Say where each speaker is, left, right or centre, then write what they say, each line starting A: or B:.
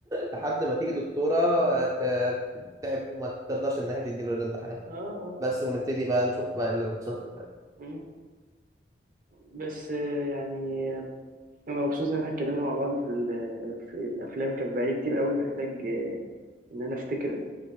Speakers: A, on the right (about 20°); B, on the right (about 50°).
A: لحد ما تيجي دكتوره ت- تتعب وما تقدرش ان هي تديله الامتحانات
B: اه اه
A: بس ونبتدي بقى نشوف بقى اللي بيحصل في البلد
B: مم. بس آه، يعني آه، انا مبسوط ان احنا اتكلمنا مع بعض في ال- في الافلام كان بقالي كتير قوي محتاج آه، ان انا افتكر